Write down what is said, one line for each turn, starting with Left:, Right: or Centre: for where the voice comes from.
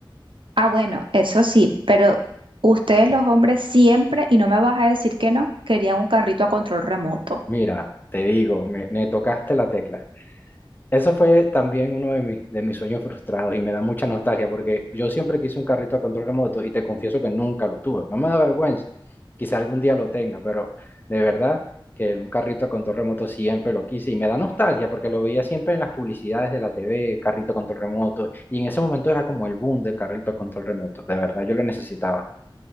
Right: Ah, bueno, eso sí, pero ustedes los hombres siempre, y no me vas a decir que no, querían un carrito a control remoto.
Left: Mira, te digo, me me tocaste la tecla. Eso fue también uno de mis, de mis sueños frustrados y me da mucha nostalgia porque yo siempre quise un carrito a control remoto y te confieso que nunca lo tuve. No me da vergüenza, quizá algún día lo tenga, pero de verdad que un carrito a control remoto siempre lo quise y me da nostalgia porque lo veía siempre en las publicidades de la TV, carrito a control remoto, y en ese momento era como el boom del carrito a control remoto. De verdad, yo lo necesitaba.